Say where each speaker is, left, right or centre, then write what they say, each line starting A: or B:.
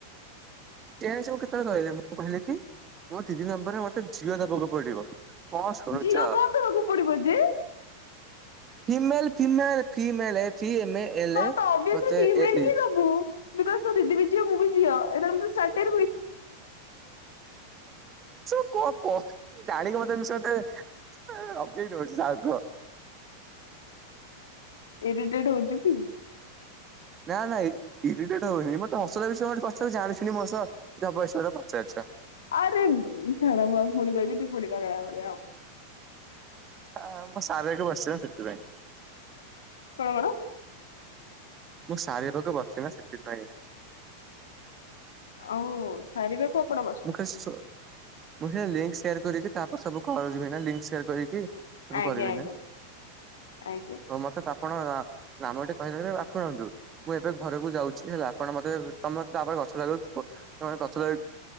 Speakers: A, on the right (about 25°); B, on the left (about 65°).
A: ସେଁ କେତେବେଳେ କହିଲେ ମୁଁ କହିଲି କି ମୋ ତିନି ନମ୍ବରରେ ମତେ ଝିଅ ଦବାକୁ ପଡିବ। କଣ ଶୁଣୁଛ।
B: ଝିଅ କଣ ଦବାକୁ ପଡିବ ଯେ
A: female female female F M A L
B: ହଁ
A: ଏ
B: ତ ଅଭିଅସଲି
A: ମତେ
B: ଫିମେଲ
A: ଏଲି।
B: ହିଁ ଦବୁ। <unintelligible> ତୋ ଦିଦି ବି ଯିବ ମୁଁ ବି ଯଝଅ ଏଇଟା ତ
A: କୁହ କୁହ ଜାଣିକି ମତେ ମିଶ ରଗେଇଉଛି ସାଉ କୁହ।
B: ଇରିଟେଡ ହଉଛି କି।
A: ନା ନାଇଁ ଇରିଟେଡ ହଉନି ମତେ ହସଲ ବିଷୟୋେ କଥା ଜାଣିୁି ମୋ ସହ ଜବରରେ ପଚାରୁଛ।
B: ଆରେ ଛ ପୁଣି ଭିବିି ପୁଣିିବାା ଗ ଭଳିଆ ଆଉ।
A: ହ ମୁଁ ସାରିବାକୁ ବସି ସେଥିପାଇଁ
B: କଣଙ୍ଗୋଡ଼।
A: ମୁଁ ସାରିବା ପାଖକୁ ବସି ନା ସେଥିପାଇଁ
B: ହ ଓ। ସାରିବାକୁ ଆଣ
A: ମୁ ମୁ କରିକି ତାପରେ ସବୁ କର ଭ କରିକି। ସବୁ
B: ଆଜ୍ଞା
A: କରିବି
B: ଆଜ୍ଞା
A: ନା
B: ଆଜ୍ଞା
A: ହଉ ମତେ କଣ ନାମ ଟିକେ କହିଦାରେ ପାଖନ୍ତୁ। ମୁଁ ଏବେ ଘରକୁ ଯାଉଛି ହେଲା ଆପଣ ମତେ ତମପରେ ଗଛ ଲଗକୁେ ଗଛ ଲ